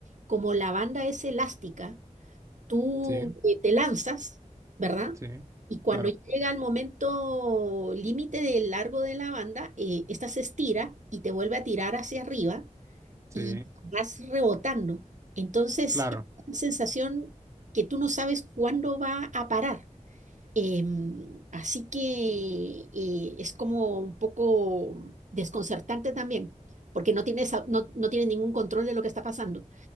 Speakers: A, on the right; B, on the right.
A: Como la banda es elástica, tú
B: Sí.
A: eh, te lanzas, ¿verdad?
B: Sí,
A: Y cuando
B: claro,
A: llega el momento límite del largo de la banda, eh, esta se estira y te vuelve a tirar hacia arriba
B: sí,
A: y vas rebotando. Entonces,
B: claro,
A: es una sensación que tú no sabes cuándo va a parar. Em, así que eh, es como un poco desconcertante también, porque no tienes, a- no, no tienes ningún control de lo que está pasando.